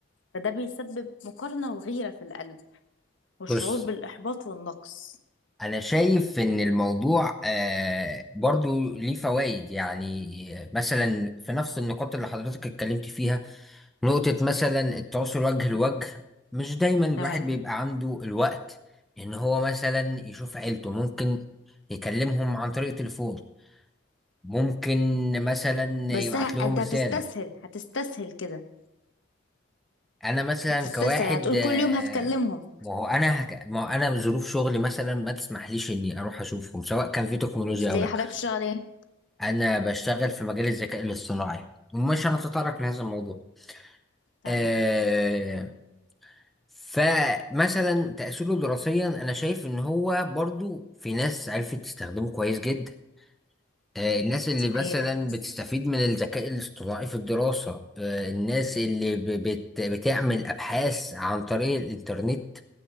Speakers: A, on the left; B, in the centre.
A: فده بيسبب مقارنة وغيرة في القلب والشعور
B: بص
A: بالإحباط والنقص
B: انا شايف ان الموضوع آه برضو ليه فوائد يعني مثلا في نفس النقاط اللي حضرتك اتكلمت فيها نقطة مثلا التواصل وجه لوجه
A: مم.
B: مش دايما الواحد
A: تمام
B: بيبقى عنده الوقت ان هو مثلا يشوف عيلته ممكن يكلمهم عن طريق تليفون ممكن مثلا
A: بس
B: يبعت
A: ه...
B: لهم
A: أنت
B: رسالة
A: هتستسهل هتستسهل كده
B: انا مثلا
A: هتستسهل
B: كواحد
A: هتقول
B: آه،
A: كل يوم هتكلمهم
B: ما هو انا هك... ما هو انا ظروف شغلي مثلا ما تسمحليش اني اروح اشوفهم سواء كان في تكنولوجيا
A: ليه
B: او لا
A: حضرتك بتشتغل إيه؟
B: انا بشتغل في مجال الذكاء الاصطناعي ومش هنتطرق لهذا الموضوع
A: تمام
B: أه... فمثلا تأثيره دراسيا انا شايف ان هو برضو في ناس عرفت تستخدمه كويس جدا آه، الناس اللي
A: صحيح
B: مثلا بتستفيد من الذكاء الاصطناعي في الدراسة آه، الناس اللي ب- بت... بتعمل أبحاث عن طريق الإنترنت